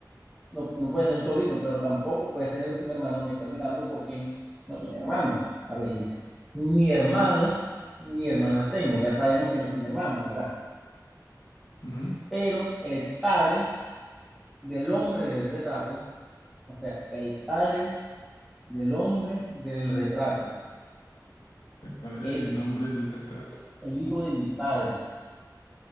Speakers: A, in the centre; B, on the left.
A: no, no puede ser un sobrino, pero tampoco puede ser un hermano que está mirando porque no tiene hermanos. A ver, dice, ni hermanos ni hermanas tengo, ya sabemos que no tiene hermanos, ¿verdad?
B: Ujú.
A: Pero el padre del hombre del retrato, o sea, el padre del hombre del retrato
B: El padre
A: es
B: del hombre del retrato.
A: el hijo de mi padre